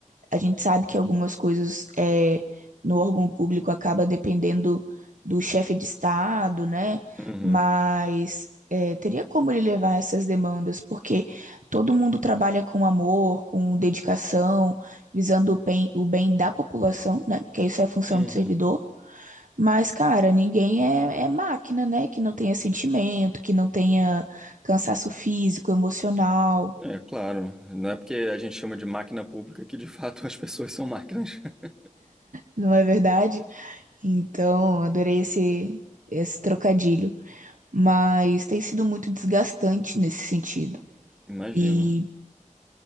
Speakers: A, on the right; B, in the centre.
A: a gente sabe que algumas coisas é, no órgão público acaba dependendo do chefe de Estado, né?
B: Uhum.
A: Mas é, teria como ele levar essas demandas, porque todo mundo trabalha com amor, com dedicação, visando o bem, o bem da população, né? Porque isso é a função
B: Uhum.
A: do servidor. Mas, cara, ninguém é, é máquina, né? Que não tenha sentimento, que não tenha cansaço físico, emocional.
B: É, claro. Não é porque a gente chama de máquina pública que de fato as pessoas são máquinas. <laughs>
A: não é verdade? Então, adorei esse, esse trocadilho. Mas tem sido muito desgastante nesse sentido.
B: Imagino.
A: E